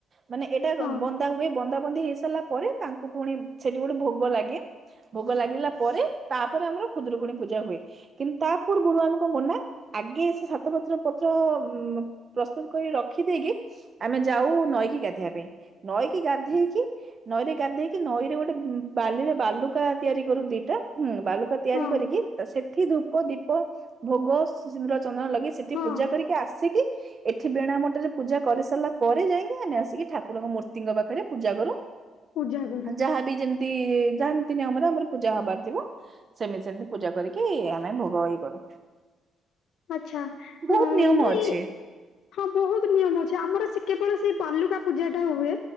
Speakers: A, on the right (about 45°); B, on the left (about 75°).
A: ମାନେ ଏଇଟା
B: ହଁ
A: ବନ୍ଦା ହୁଏ। ବନ୍ଦା ବନ୍ଦି ହେଇ ସାରିଲା ପରେ ତାଙ୍କୁ ପୁଣି ସେଠି ଗୋଟେ ଭୋଗ ଲାଗେ। ଭୋଗ ଲାଗିଲା ପରେ ତାପରେ, ଆମର ଖୁଦୁରୁକୁଣୀ ପୂଜା ହୁଏ। କିନ୍ତୁ ତା ପୂର୍ବରୁ ଆମେ କଣ କରୁ ନା ଆଗେ ସେ ସାତ ପତ୍ର ପତ୍ର ଉ ପ୍ରସ୍ତୁତ କରି ରଖିଦେଇକି, ଆମେ ଯାଉ ନଈ କି ଗାଧେଇବା ପାଇଁ। ନଈକି ଗାଧେଇକି ନଈରେ ଗାଧେଇକି ନଈରେ ଗୋଟେ ବାଲିରେ ବାଲୁ ବାଲୁକା ତିଆରି କରୁ ଦିଟା, ବାଲୁକା ତିଆରି
B: ହଁ
A: କରିକି। ତ ସେଠି ଧୂ ପ, ଦୀପ, ଭୋଗ, ସିନ୍ଦୁର, ଚନ୍ଦନ ଲଗେଇ ସେଠି
B: ହଁ
A: ପୂଜା କରିକି ଆସିକି ଏଠି ବେଣା ମଟରେ ପୂଜା କରି ସାରିଲା ପରେ, ଯାଇକି ଆମେ ଆସିକି ଠାକୁରଙ୍କ ମୂର୍ତ୍ତି ଙ୍କ ପାଖରେ ପୂଜା କରୁ।
B: ପୂଜା କରୁ
A: ଯାହାବି ଯେମ ମିତି ଯାହା ନିତି ନିୟମରେ ଆମର ପୂଜା ହବାର ଥିବ, ସେମିତି ସେମିତି ପୂଜା କରିକି ଆମେ ଭୋଗ ଇଏ କରୁ। <unintelligible>
B: ଆଛା
A: ବହୁତ ନିୟମ
B: ନାଇଁ
A: ଅଛି
B: ହଁ ବହୁତ ନିୟମ ଅଛି ଆମର ସେ କେବଳ ସେଇ ବାଲୁକା ପୂଜା ଟା ହୁଏ।